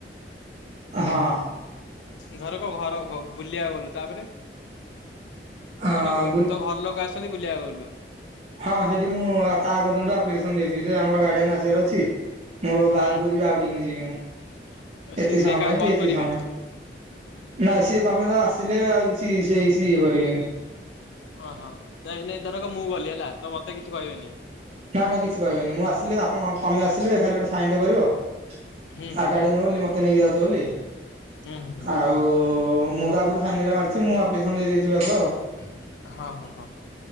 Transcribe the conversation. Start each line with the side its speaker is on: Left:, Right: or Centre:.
Right: ହଁ।
Left: ଘର କ ଘର ବୁଲିବାକୁ ଗଲୁ ତାପରେ।
Right: ହଁ
Left: ମାନେ
Right: ବୁଲ
Left: ତ ଘର ଲୋକ ଆସିଚନ୍ତି ବୁଲିବାକୁ ଗଲୁ।
Right: ହଁ ସେଠି ମୁଁ ତା ଆଗ ଦିନଠୁ ଆପ୍ଲିକେସନ ଦେଇଛି। ଯେ ଆମର ଗାର୍ଡିଆନ ଆସିବାର ଅଛି ମୋର ବାହାରକୁ
Left: ହୁଁ
Right: ଯିବି ଆଉ ଟିକେ ଯିବି ମୁଁ ଏତିକି
Left: ସିଏ ସିଏ
Right: ସମୟ
Left: କାହାକୁ
Right: ପାଇଁ
Left: କଲ୍
Right: କି ଏତିକି
Left: କରିବେ?
Right: ସମୟ। ନାଇଁ ସିଏ ତମେ ତ ଆସିଲେ ଆଉ କିଛି ସିଏ ସିଏ ସେ ଇଏ କରିବେନି।
Left: ଓହୋ ନାଇଁ ନାଇଁ ଧରକ ମୁଁ ଗଲି ହେଲା ତ ମତେ କିଛି କହିବେନି।
Right: ନାଇ ନାଇଁ କିଛି କହିବେନି ମୁଁ ଆସିଲି ଆପଣ ତମେ ଆସିଲେ ଖାଲି ଗୋଟେ ସାଇନ ଟେ କରିବ। ଆଉ
Left: ହୁଁ ହୁଁ
Right: ଗାଡିଆନ ବୋଲି ମତେ ନେଇକି ଯାଉଚ ବୋଲି।
Left: ହୁଁ ହୁଁ
Right: ଆଉ ମୁଁ ତ ଆଗରୁ ସାଇନ ହେରାକ ମାର <unintelligible> ମୁଁ ଆପ୍ଲିକସନ ଦେଇ ଦେଇେଥିବି ଆଗୁଆଉ।
Left: ହଁ ହଁ ହଁ